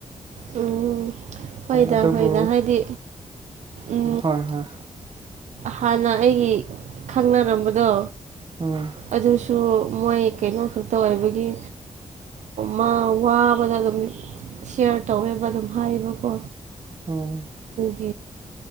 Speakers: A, on the right; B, on the right.
A: ꯎꯝ ꯐꯣꯏꯗ
B: ꯑꯗꯨꯕꯨ
A: ꯐꯣꯏꯗ ꯍꯥꯏꯗꯤ ꯎ
B: ꯍꯣꯏ ꯍꯣꯏ
A: ꯍꯥꯟꯅ ꯑꯩꯒꯤ ꯈꯪꯅꯔꯝꯕꯗꯣ
B: ꯎꯝ
A: ꯑꯗꯨꯁꯨ ꯃꯣꯏ ꯀꯩꯅꯣ ꯈꯛꯇ ꯑꯣꯏꯕꯒꯤ ꯃꯥ ꯋꯥꯕꯗ ꯑꯗꯨꯝ ꯁꯤꯌꯥꯔ ꯇꯧꯋꯦꯕ ꯑꯗꯨꯝ ꯍꯥꯏꯌꯦꯕꯀꯣ
B: ꯑꯣ
A: ꯑꯣ